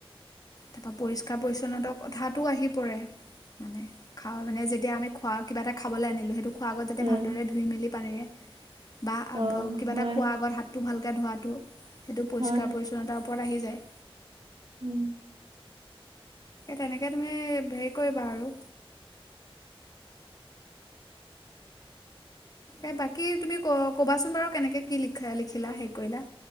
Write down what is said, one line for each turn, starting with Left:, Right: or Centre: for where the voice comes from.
Left: তাপা পৰিষ্কাৰ পৰিচ্ছন্নতাৰ কথাটো আহি পৰে মানে খাওঁ মানে যেতিয়া আমি খোৱা কিবা এটা খাবলৈ আনিলোঁ সেইটো খোৱা আগত যাতে
Right: উম
Left: ভালদৰে ধুই মেলি পাৰে বা কিবা
Right: অ হয়
Left: এটা খোৱাৰ আগত হাতটো ভাল তে ধোৱাটো সেইটো পৰিষ্কাৰ
Right: হয়
Left: পৰিচ্ছন্নতা ওপৰত আহি যায়
Right: উম
Left: তেনেকে তুমি হেৰি কৰিবা আৰু এ বাকী তুমি ক'বাচোন বাৰু কেনেকে কি লিখিলা হে কৰিলা?